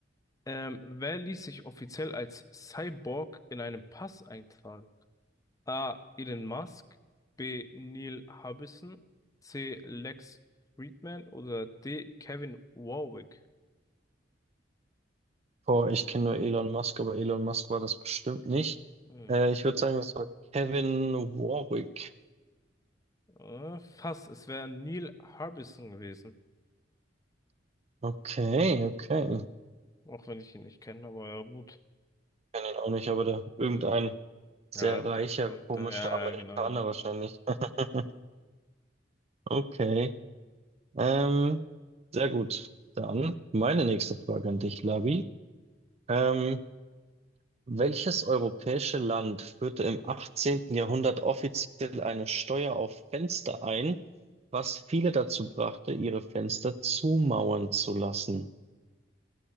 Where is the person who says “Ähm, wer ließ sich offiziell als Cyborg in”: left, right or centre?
Left